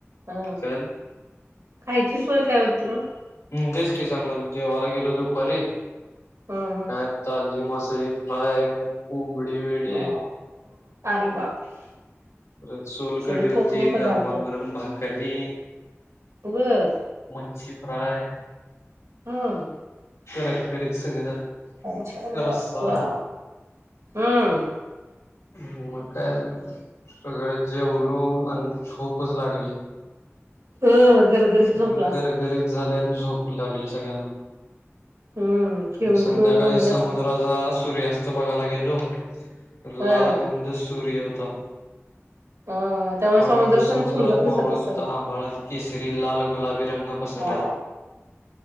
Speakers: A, on the right; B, on the left.
A: हा
B: काय..
A: खायची सोय काय होती मग
B: हं, तेच कि सांगा त जेवायला गेलो दुपारी
A: हा हा
B: काय.. मासळी फ्राय, कोंबडी वडे,
A: वा अरे बापरे
B: परत सोलकडी
A: सगळे
B: होती,
A: कोकणी पदार्थ
B: गरमागरम भाकरी
A: बर
B: मनची फ्राय
A: हं
B: कर <unintelligible>
A: छान
B: न
A: छान
B: रस्सा.
A: वा हम्म
B: हो काय?. सगळं जेवलो आणि झोपच लागली.
A: अ गरगरीत
B: सगळी
A: झोपला असणार
B: गरगरीत झालंय आणि झोप लागली सगळ्यांना.
A: हम्म खेळून
B: संध्याकाळी
A: खेळून दमले असतील
B: समुद्राचा
A: सग
B: सूर्यास्त.. बघायला गेलो
A: हा
B: लालबुंद सूर्य होता.
A: हा त्यामुळे
B: हळूहळू
A: समुद्र
B: समुद्रात
A: पण सुंदर दिसत
B: मावळ
A: असेल
B: होता, आभाळात केसरी, लाल, गुलाबी रंग पसरल्याला..
A: हो <unintelligible>